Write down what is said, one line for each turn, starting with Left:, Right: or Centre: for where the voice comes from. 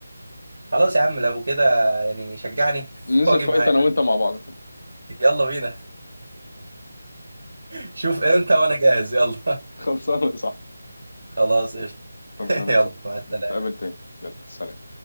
Right: خلاص يا عم لو كده يعني شجعني <laughs>
Left: ننزل
Right: واجي
Left: فايت
Right: معاك
Left: انا وانت مع بعض <laughs>
Right: يلا بينا <laughs> شوف امتى وانا جاهز يلا
Left: خلصانه صح
Right: <laughs> خلاص قشطة
Left: خلصانه
Right: <laughs> يلا
Left: صح
Right: مع السلامه
Left: نتقابل تاني يلا سلام